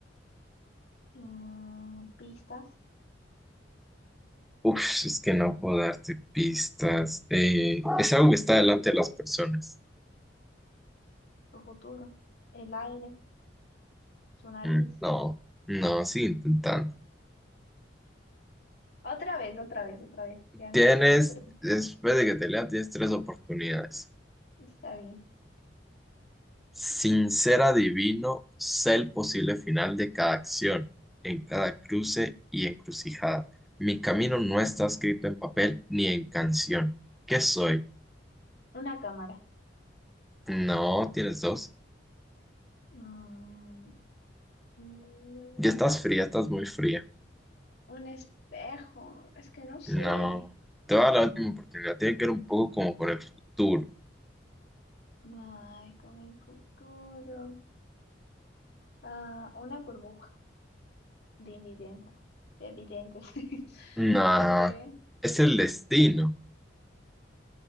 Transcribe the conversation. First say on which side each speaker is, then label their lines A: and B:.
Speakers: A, on the left; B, in the centre.
A: mm, pistas,
B: Uf, es que no puedo darte pistas. Eh, es algo que está delante de las personas.
A: su futuro, el aire, su nariz.
B: Mm, No, no, sigue intentando.
A: Otra vez, otra vez, otra vez. Ya, m-
B: Tienes,
A: ya me perdí.
B: después de que te lea, tienes tres oportunidades.
A: Está bien.
B: Sin ser adivino, sé el posible final de cada acción, en cada cruce y encrucijada. Mi camino no está escrito en papel ni en canción. ¿Qué soy?
A: Una cámara.
B: No, tienes dos.
A: Mm, un,
B: Ya estás
A: es-
B: fría, estás muy fría.
A: un espejo. Es que no sé.
B: No. Te voy a dar la última oportunidad. Tiene que ver un poco como con el futuro.
A: Ay, con el futuro. Ah, una burbuja de invidentes. De videntes. <laughs>
B: No.
A: No sé.
B: Es el destino.
A: No, no.